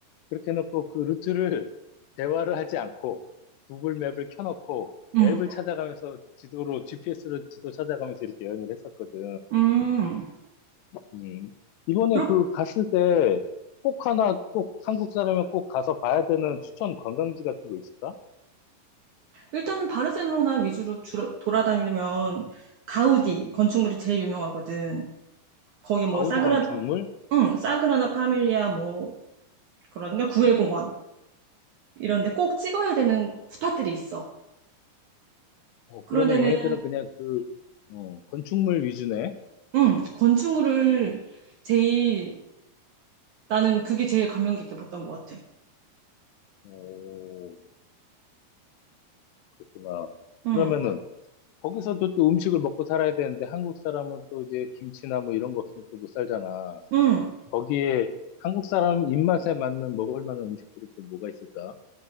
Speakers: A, on the left (about 80°); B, on the right (about 70°).
A: 그렇게 해놓고 그 루트를 대화를 하지 않고 구글 맵을 켜놓고
B: 음,
A: 앱을 찾아가면서 지도로 GPS로 지도 찾아가면서 이렇게 여행을 했었거든.
B: 음.
A: 음. 이번에
B: 그렇,
A: 그 갔을 때 꼭 하나 꼭 한국 사람이 꼭 가서 봐야 되는 추천 관광지 같은 거 있을까?
B: 일단은 바르셀로나 위주로 주로 돌아다니면 가우디
A: 음.
B: 건축물이 제일 유명하거든. 거기
A: 가우디
B: 뭐 사그라,
A: 건축물?
B: 응 사그라나 파밀리아 뭐
A: 어,
B: 그러든가 구엘공원
A: 음.
B: 이런 데 꼭 찍어야 되는 스팟들이 있어.
A: 어,
B: 그런
A: 그러면
B: 데는
A: 얘네들은 그냥 그 어, 건축물 위주네.
B: 응 건축물을 제일 나는 그게 제일 감명 깊게 봤던 것 같아.
A: 오, 그렇구나.
B: 응
A: 그러면은 거기서도 또 음식을 먹고 살아야 되는데 한국 사람은 또 이제 김치나 뭐 이런 거 없으면 또 못 살잖아.
B: 음,
A: 거기에 한국 사람 입맛에 맞는 먹을 만한 음식들은 또 뭐가 있을까?